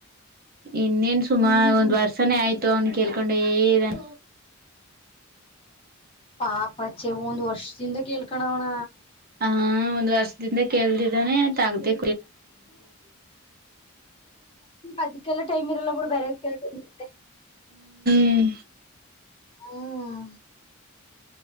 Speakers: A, on the right; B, on the left.
A: ಇನ್ನೇನ್ ಸುಮಾರ
B: ಹ್ಮ್ ಹ್ಮ್
A: ಒಂದ್ ವರ್ಷನೇ ಆಯ್ತು ಅವ್ನು ಕೇಳ್ಕೊಂಡ್ದಾನ
B: ಪಾಪ ಚೆ ಒಂದು ವರ್ಷ ತಿಂದ ಕೇಳ್ಕ ಅವಣ
A: ಹಾ ಒಂದ್ ವರ್ಷದಿಂದ ಕೇಳ್ದಿದ್ದಾನೆ ಆಯ್ತ್ ಆಾಗದೆ
B: ಅದಕ್ಕೆಲ್ಲ ಟೈಮ್ ಇರಲ್ಲ ಬಿಡ ಬೇರೆ ಅದ್ಲ್ಲಟ್ ಇ
A: ಹ್ಮ್
B: ಹ್ಮ